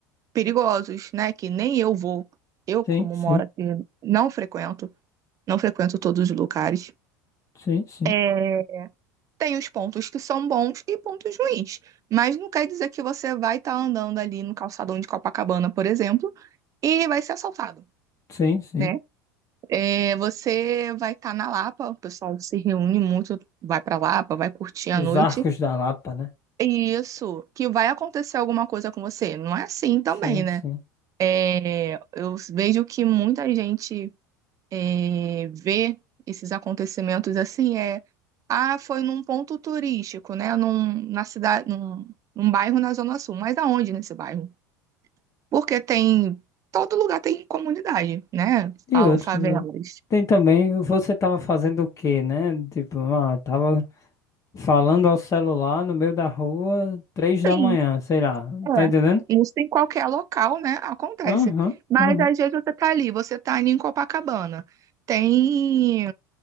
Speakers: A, on the right; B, on the left.
A: perigosos, né? Que nem eu vou. Eu,
B: sim,
A: como
B: sim,
A: moro aqui, não frequento, não frequento todos os lugares.
B: sim, sim,
A: É, Tem os pontos que são bons e pontos ruins, mas não quer dizer que você vai estar andando ali no calçadão de Copacabana, por exemplo, e vai ser assaltado,
B: sim, sim.
A: né? É, você vai estar na Lapa, o pessoal se reúne muito, vai pra Lapa, vai curtir a
B: Os
A: noite.
B: Arcos da Lapa, né?
A: E Isso, que vai acontecer alguma coisa com você. Não é assim também,
B: Sim,
A: né?
B: sim.
A: É, eu vejo que muita gente é, ver esses acontecimentos assim é ah foi num ponto turístico né num, na cidade num, num bairro na Zona Sul mas aonde nesse bairro porque tem todo lugar tem comunidade né
B: E
A: falam
B: outro,
A: favelas
B: tem também, você tava fazendo o quê, né? Tipo, ah, tava falando ao celular no meio da rua, três da
A: sim
B: manhã, sei lá,
A: é
B: tá entendendo?
A: isso em qualquer local né acontece
B: Aham,
A: mas
B: aham,
A: às vezes você tá ali você tá ali em Copacabana tem